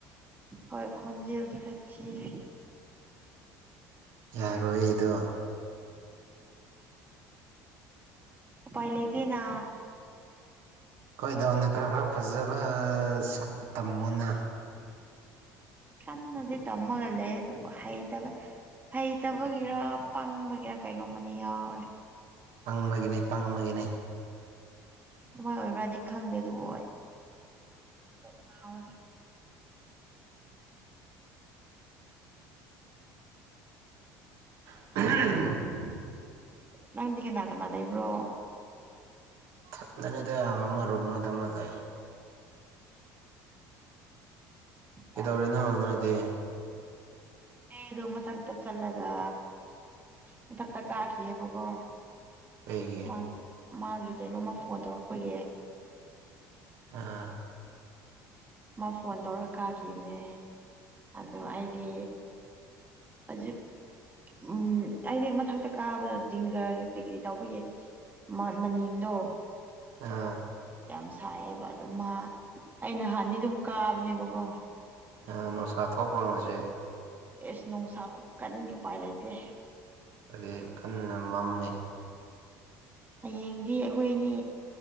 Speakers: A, on the right; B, on the right.
A: ꯍꯣꯏ ꯈꯣꯟꯖꯦꯜꯗꯤ ꯈꯔ ꯊꯤꯌꯦ꯫
B: ꯌꯥꯔꯣꯏꯗꯣ꯫
A: ꯎꯄꯥꯏ ꯂꯩꯇꯦ ꯅ꯫
B: ꯑꯩꯈꯣꯏꯗꯅ ꯈꯔ ꯈꯔ ꯐꯖꯕ ꯁꯛꯄ ꯇꯝꯃꯣꯅ꯫
A: ꯀꯟꯅꯗꯤ ꯇꯃꯒ ꯂꯩꯌꯦ ꯑꯗꯨꯕꯨ ꯍꯩꯇꯕ ꯍꯩꯇꯕꯒꯤꯔ ꯄꯪꯕꯒꯤꯔ ꯀꯩꯅꯣꯝꯃꯗꯤ ꯌꯥꯎꯔꯦ꯫
B: ꯄꯪꯕꯒꯤꯅꯦ ꯄꯪꯕꯒꯤꯅꯦ꯫
A: ꯑꯗꯨꯃꯥꯏ ꯑꯣꯏꯕ꯭ꯔꯗꯤ ꯈꯪꯗꯦ ꯑꯗꯨꯕꯨ ꯀꯣꯛ ꯉꯥꯎꯌꯦ꯫
B: <unintelligible>
A: ꯅꯪꯗꯤ ꯀꯅ ꯀꯥꯅꯥ ꯂꯩꯕ꯭ꯔꯣ꯫
B: ꯊꯟꯗꯅꯤꯗ ꯑꯃ ꯔꯨꯝꯃꯗꯥ ꯂꯩ꯫ ꯀꯩꯗꯧꯔꯤꯅꯣ
A: ꯌꯥꯝ ꯅꯨꯡꯉꯥꯏꯇ꯭ꯔꯦ
B: ꯅꯣꯏꯗꯤ꯫
A: ꯑꯩꯗꯣ ꯃꯊꯛꯇ ꯆꯠꯂꯒ ꯃꯊꯛꯇ ꯀꯥꯈꯤꯌꯦꯕꯀꯣ꯫
B: ꯀꯩꯒꯤ
A: ꯃꯥꯒꯤ ꯃꯥꯒꯤ ꯀꯩꯅꯣꯃ ꯐꯣꯟ ꯇꯧꯔꯛꯄꯒꯤ꯫
B: ꯑꯥ
A: ꯃꯥ ꯐꯣꯟ ꯇꯧꯔꯒ ꯀꯥꯈꯤꯕꯅꯦ ꯑꯗꯣ ꯑꯩꯗꯤ ꯍꯧꯖꯤꯛ ꯎꯝ ꯑꯩꯗꯤ ꯃꯊꯛꯇ ꯀꯥꯕꯗꯣ ꯖꯤꯡꯒꯔ ꯀꯔꯤ ꯀꯔꯤ ꯇꯧꯕꯒꯦ ꯃꯥꯠ ꯃꯅꯤꯡꯗꯣ꯫
B: ꯑꯥ꯫
A: ꯌꯥꯝ ꯁꯥꯏꯌꯦꯕ ꯑꯗꯨ ꯃꯥ ꯑꯩ ꯅꯍꯥꯟꯗꯤ ꯑꯗꯨꯝ ꯀꯥꯕꯅꯦꯕꯀꯣ꯫
B: ꯑꯥ ꯅꯨꯡꯁꯥ ꯊꯣꯛꯄ꯭ꯔꯣ ꯉꯥꯁꯤ꯫
A: ꯑꯦꯁ ꯅꯨꯡꯁꯥ ꯈꯨ ꯀꯟꯅꯗꯤ ꯎꯄꯥꯏ ꯂꯩꯇꯦ꯫
B: ꯍꯥꯏꯗꯤ ꯀꯟꯅ ꯃꯝꯃꯤ꯫
A: ꯍꯌꯦꯡꯗꯤ ꯑꯩꯈꯣꯏꯅꯤ